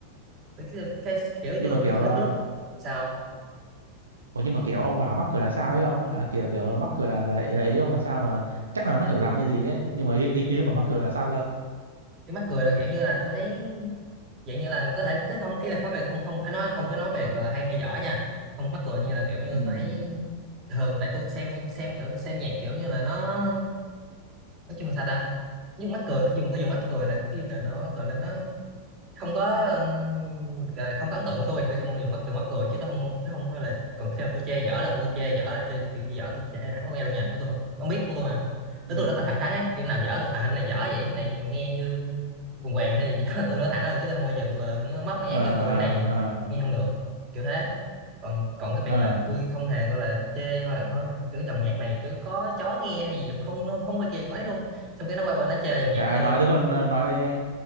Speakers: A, on the right; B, on the right.
A: Tôi cái, cái kiểu
B: nhưng
A: tôi
B: mà
A: cái
B: kiểu ờ,
A: lúc lúc sao không?
B: Ủa nhưng mà kiểu ông bảo mắc cười là sao ấy ông à, kiểu kiểu mắc cười là, là, là ý ông là sao mà chắc là nó hiểu lầm hay gì ấy nhưng mà ý ý, ý ông
A: ừ.
B: bảo mắc cười là sao cơ
A: cái mắc cười là kiểu như là tôi thấy dạng như là có thể cái không ý là khó không không phải nói không có nói về gọi là hay hay dở nha không mắc cười như là kiểu như
B: ừ
A: tôi thấy thường tại tôi xem hay xem kiểu tôi xem nhạc kiểu như là nó nói chung là sao ta nhưng mắc cười khi dùng tôi dùng mắc cười là khi nào nó gọi là nó không có ừm, à, không có ấn tượng với tôi thì tôi chỉ mong được mắc từ mắt cười chứ tôi không chứ không có là còn khi nào tôi chê dở là tôi chê dở là chê, chê, chê dở tôi chê thẳng luôn nghe luôn nha tôi, tôi không, không biết tôi luôn mà tới
B: ừ
A: tôi rất là thẳng thắn á kiểu nào dở tôi à anh này dở vậy cái này nghe như quần què hay gì đó <laughs> tôi nói thẳng ra luôn chứ tôi không bao giờ tôi gọi là nó móc mé
B: ờ
A: kiểu ôi
B: ờ
A: cái này
B: ờ
A: nghe không được kiểu thế còn còn cái việc
B: ờ
A: mà tôi không hề gọi là chê hay là thôi kiểu dòng nhạc này cứ có chó nghe hay gì tôi không nó không có kia có ấy luôn xong cái nó quay qua nó chê dòng nhạc
B: trời ơi
A: của tôi
B: nói tới vần nói tới